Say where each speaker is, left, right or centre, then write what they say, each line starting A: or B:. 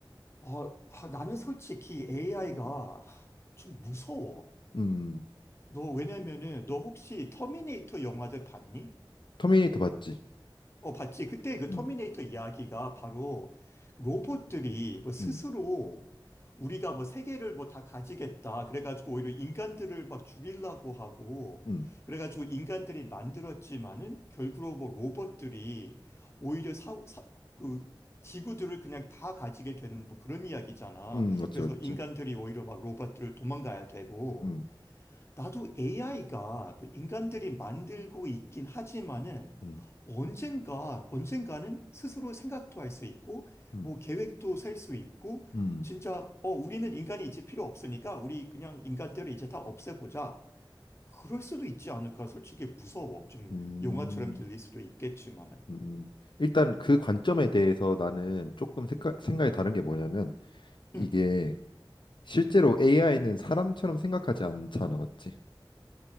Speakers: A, on the left (about 30°); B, on the left (about 65°).
A: 어, 아, 아, 나는 솔직히 AI가
B: 음,
A: 좀 무서워.
B: 음,
A: 너, 왜냐면은, 너 혹시 터미네이터 영화들 봤니?
B: 터미네이터 봤지?
A: 어, 봤지. 그때 그
B: 음,
A: 터미네이터 이야기가 바로 로봇들이 뭐 스스로
B: 음,
A: 우리가 뭐 세계를 뭐 다 가지겠다. 그래가지고 오히려 인간들을 막 죽이려고 하고,
B: 음,
A: 그래가지고 인간들이 만들었지만은 결국로뭐 로봇들이 오히려 사, 사, 그 지구들을 그냥 다 가지게 되는 뭐 그런 이야기잖아.
B: 음, 맞지,
A: 그래서
B: 맞지.
A: 인간들이 오히려 막 로봇들을 도망가야 되고,
B: 음,
A: 나도 AI가 인간들이 만들고 있긴 하지만은
B: 음,
A: 언젠가, 언젠가는 스스로 생각도 할 수 있고,
B: 음,
A: 뭐 계획도 셀 수 있고,
B: 음,
A: 진짜, 어, 우리는 인간이 이제 필요 없으니까 우리 그냥 인간들을 이제 다 없애보자. 그럴 수도 있지 않을까? 솔직히 무서워. 좀
B: 음.
A: 영화처럼 들릴 수도 있겠지만은.
B: 음, 일단 그 관점에 대해서 나는 조금 생각 생각이 다른 게 뭐냐면 이게
A: 음.
B: 실제로 AI는 사람처럼 생각하지 않잖아, 맞지?